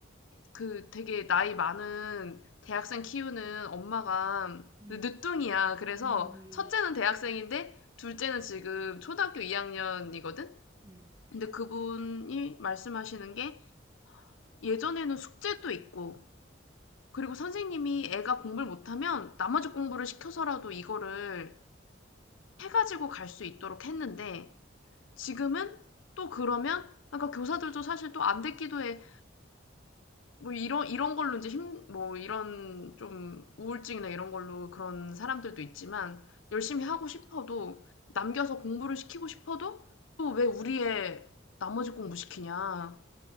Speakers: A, on the left (about 80°); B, on the right (about 20°).
A: 그 되게 나이 많은 대학생 키우는 엄마가
B: 음,
A: 늦둥이야. 그래서
B: 음, 음,
A: 첫째는 대학생인데 둘째는 지금 초등학교 2학년이거든?
B: 음.
A: 근데 그분이 말씀하시는 게 예전에는 숙제도 있고 그리고 선생님이 애가 공부를 못하면 나머지 공부를 시켜서라도 이거를 해가지고 갈 수 있도록 했는데 지금은 또 그러면 그러니까 교사들도 사실 또 안 됐기도 해. 뭐 이런 이런 걸로 이제 힘 뭐 이런 좀 우울증이나 이런 걸로 그런 사람들도 있지만 열심히 하고 싶어도 남겨서 공부를 시키고 싶어도 또 "왜 우리의 나머지 공부 시키냐."